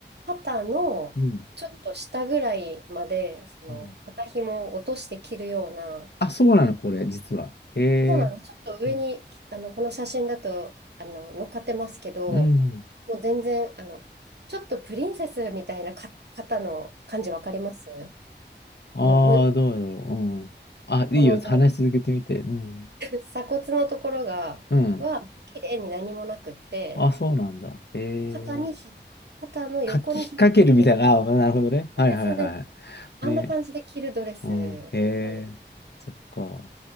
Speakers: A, on the right; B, on the left.
A: 肩のちょっと下ぐらいまで、
B: うん。
A: その、
B: うん
A: 肩紐を落として着るような、
B: あ、そうなの、これ、実は。え
A: そうなんです。ちょっと上に、
B: ー、うん。
A: あの、この写真だと、あの、乗っかってますけど、
B: うん。
A: もう全然、あの、ちょっとプリンセスみたいなか方の感じわかります
B: ああーどうだろう。
A: もうむ、
B: うん。あ、いいよ。
A: この
B: 話し続けてみて。
A: <laughs>
B: うん。
A: 鎖骨のところが、
B: うん。
A: は、綺麗に何もなくって、
B: あ、そうなんだ。ええ
A: 肩にひ、肩の横に引っ掛けて、
B: かき、引っ掛けるみたいな。あ、なるほどね。はいはいは
A: そうです、そうです。あんな感じで着るドレス
B: い。ね。うん。え
A: なんです。
B: えそっか。